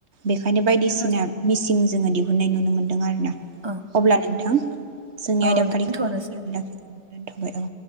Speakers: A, on the right; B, on the right.
A: बेखायनो बायदिसिना
B: जोंहा
A: मिसि <unintelligible> जोङो दिहुननाय नुनो मोनदों आरो ना।
B: औ
A: अब्ला नोंथां जोंनि
B: औ
A: आयदाफारिखौ
B: दोनथ'नोसै
A: बेखिनियावनो <unintelligible> लाखि दोनथबाय औ।